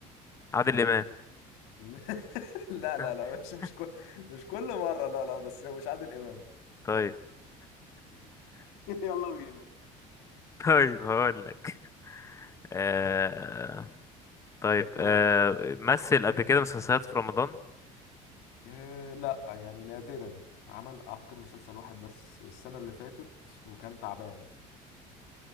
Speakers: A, on the left (about 20°); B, on the left (about 85°).
A: عادل إمام
B: <laughs> لا لا
A: <laughs>
B: لا مش مش كل مش كل مرة لا لا بس مش عادل إمام
A: طيب
B: <laughs> يلا بينا
A: طيب هقول لك آه... طيب
B: آه.
A: آه... مثل قبل كده مسلسلات في رمضان
B: آه لا يعني نادرا عمل اعتقد مسلسل واحد بس السنة اللي فاتت وكان تعبان